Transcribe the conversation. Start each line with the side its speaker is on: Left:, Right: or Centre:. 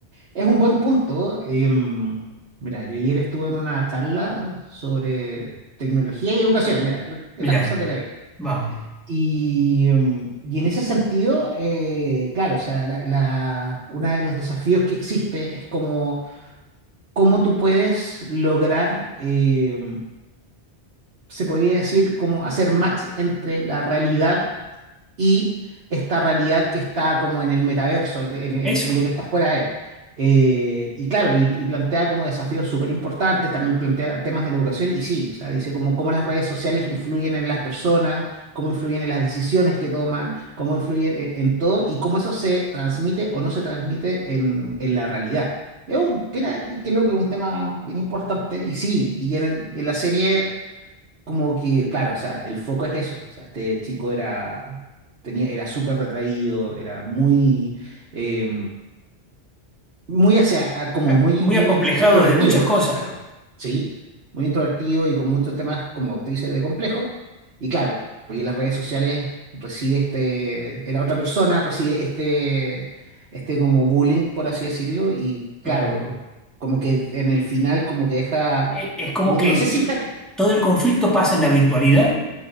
Right: es un buen punto. Em, mira, yo ayer estuve en una charla sobre tecnología y educación. Mira, lo- las
Centre: Mirá,
Right: cosas de la vida.
Centre: vamos,
Right: Y, em, y en ese sentido, eh, claro, o sea, la, la- uno de los desafíos que existe es como cómo tú puedes lograr, eh, se podría decir, como hacer match entre la realidad y esta realidad que está como en el metaverso, en, en-
Centre: eso.
Right: en lo que está fuera de. Eh, y claro, y, y plantea como desafíos súper importantes, también plantea temas de la educación y sí, o sea, dice como cómo las redes sociales influyen en las personas, cómo influyen en las decisiones que toman, cómo influye eh, en todo y cómo eso se transmite o no se transmite en, en la realidad. Es un, que, era- que- que es lo que es un tema bien importante y sí, y en el- y en la serie como que, claro, o sea, el foco es eso. O sea, este chico era, tenía, era súper retraído, era muy, eh, muy hacia, como
Centre: Ah,
Right: muy,
Centre: Muy
Right: muy
Centre: acomplejado
Right: introvertido,
Centre: de muchas cosas.
Right: claro, sí, muy introvertido y con muchos temas, como te dices, de complejo. Y claro, y en las redes sociales recibe este, era otra persona, recibe este, este como bullying, por así decirlo, y claro,
Centre: Claro.
Right: como que en el final, como que deja,
Centre: E- Es como
Right: no,
Centre: que
Right: no sé si
Centre: eh,
Right: deja,
Centre: todo el conflicto pasa en la virtualidad